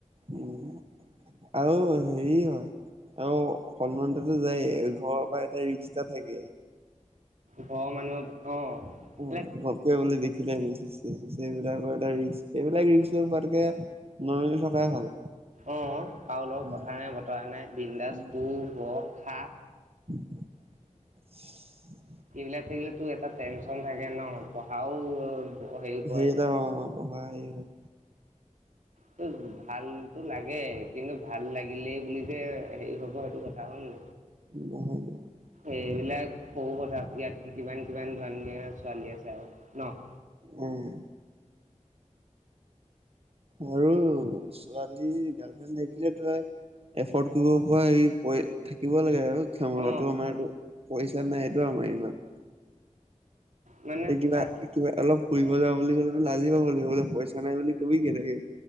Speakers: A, on the right; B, on the right.
A: উম, আৰু হেৰি হয় আৰু সন্মানতো যায়য়েই ঘৰৰ পৰা এটা ৰিক্স থাকে।
B: ঘৰৰ মানুহ অ এইবিলাক
A: অ', ঘপকে বুলে দেখিলে মেছেজ-চেছেজ সেইবিলাকৰ এটা ৰিক্স, এইবিলাক ৰিক্স লৈ পোৱাতকে নৰ্মেল থকাই ভাল।
B: উম, কৰোঁ লগত
A: উম
B: কথা নাই, বতৰা নাই বিন্দাছ
A: উম
B: সো ব খা।
A: <unintelligible>
B: সেইবিলাক থাকিলে তো এটা টেনচন থাকে ন, পঢ়াও হেৰি কৰে
A: সেইটো পঢ়া হেৰি হয়।
B: ত ভালতো লাগে, কিন্তু ভাল লাগিলেই বুলি যে হেৰি হ'ব সেইটো কথা নেকি?
A: <unintelligible>
B: এইবিলাক সৰু কথা ইয়াত কিমান, কিমান ধুনীয়া ছোৱালী আছে আৰু ন?
A: উম, আৰু ছোৱালী গাৰ্লফ্ৰেণ্ড থাকিলে ত এফৰ্ড কৰিব পৰা এই থাকিব লাগে আৰু ক্ষমতাটো,
B: অ
A: আমাৰটো পইচা নাইটো আমাৰ ইমান
B: মানে
A: এ, কিবা
B: থাকি
A: কিবা অলপ কৰি লৈ যা বুলি ক'লেতো লাজেই পাব লাগিব, পইচা নাই বুলি কবি কেনেকে?